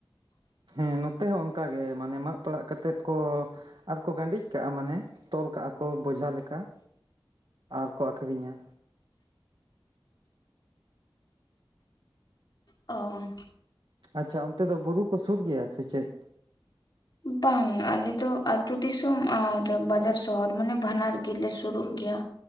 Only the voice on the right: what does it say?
ᱦᱮᱸ ᱱᱚᱛᱮ ᱦᱚᱸ ᱚᱱᱠᱟ ᱜᱮ ᱢᱟᱱᱮ ᱢᱟᱜ ᱯᱟᱲᱟᱜ ᱠᱟᱛᱮ ᱠᱚ ᱟᱨ ᱠᱚ ᱜᱟᱸᱰᱤᱡ ᱠᱟᱜ-ᱟ ᱢᱟᱱᱮ ᱛᱚᱞ -ᱠᱟᱜ ᱟᱠᱚ ᱵᱚᱡᱷᱟ ᱞᱮᱠᱟ, ᱟᱨᱠᱚ ᱟᱹᱠᱷᱨᱤᱧᱟ᱾
ᱟᱪᱪᱷᱟ, ᱚᱱᱛᱮ ᱫᱚ ᱵᱩᱨᱩ ᱠᱚ ᱥᱩᱨ ᱜᱮᱭᱟ ᱥᱮ ᱪᱮᱫ?